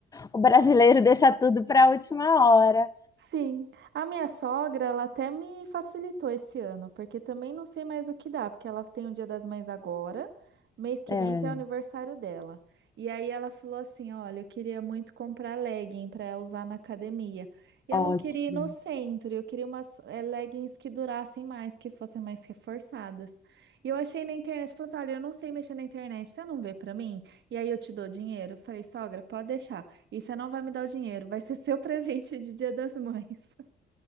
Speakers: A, on the left; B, on the right.
A: o brasileiro <laughs> deixa tudo para a última hora.
B: Sim, a minha sogra, ela até me facilitou esse ano, porque também não sei mais o que dá, porque ela tem o Dia das Mães agora, mês que
A: É,
B: vem tem o aniversário dela. E aí ela falou assim: "Olha, eu queria muito comprar legging para usar na academia. E
A: ótimo.
B: eu não queria ir no centro, eu queria umas eh, leggings que durassem mais, que fossem mais reforçadas". E eu achei na internet, falou assim: "Olha, eu não sei mexer na internet, você não vê para mim? E aí eu te dou dinheiro". Eu falei: "Sogra, pode deixar". E você não vai me dar o dinheiro, vai ser seu <laughs> presente de Dia das Mães. <laughs>